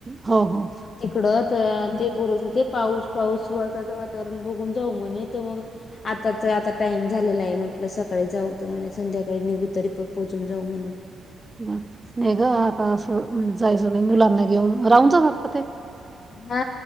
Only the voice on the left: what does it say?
तिकडत ते बरत होते पाऊस पाऊस पावसाचं वातावरण बघून जाऊ म्हणे ते मग आता तर आता टाइम झालेला आहे म्हटलं सक जाऊ तर म्हणे संध्याकाळी निघू तरीपण पोचून जाऊ म्हणे
हा